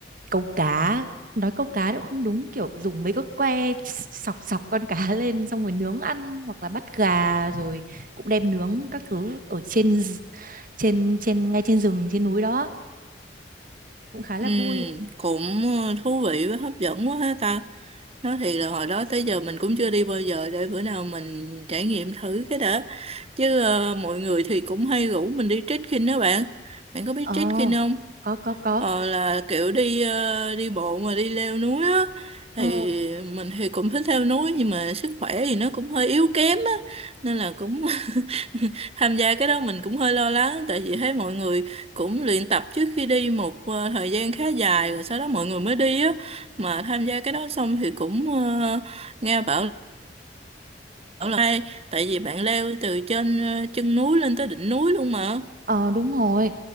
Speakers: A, on the right (about 50°); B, on the right (about 35°).
A: câu cá, nói câu cá cũng không đúng kiểu dùng mấy cái que sọc sọc con cá <laughs> lên xong rồi nướng ăn hoặc là bắt gà rồi cũng đem nướng các thứ ở trên d- trên trên ngay trên rừng trên núi đó cũng khá là
B: Ừ,
A: vui
B: cũng ờ, thú vị với hấp dẫn quá ha ta. Nói thiệt là hồi đó tới giờ mình cũng chưa đi bao giờ để bữa nào mình trải nghiệm thử cái đã. Chứ ờ, mọi người thì cũng hay rủ mình đi trekking đó bạn. Bạn có biết
A: ờ
B: trekking không?
A: có có có
B: Ờ, là kiểu đi ờ, đi bộ mà đi leo núi á.
A: ờ,
B: Thì mình thì cũng thích leo núi nhưng mà sức khỏe thì nó cũng hơi yếu kém á. Nên là cũng <laughs> <laughs> Tham gia cái đó mình cũng hơi lo lắng tại vì thấy mọi người cũng luyện tập trước khi đi một ờ, thời gian khá dài rồi sau đó mọi người mới đi á mà tham gia cái đó xong thì cũng ờ, nghe bảo, bảo là hay tại vì bạn leo từ trên ờ, chân núi lên tới đỉnh núi luôn mà.
A: ờ đúng rồi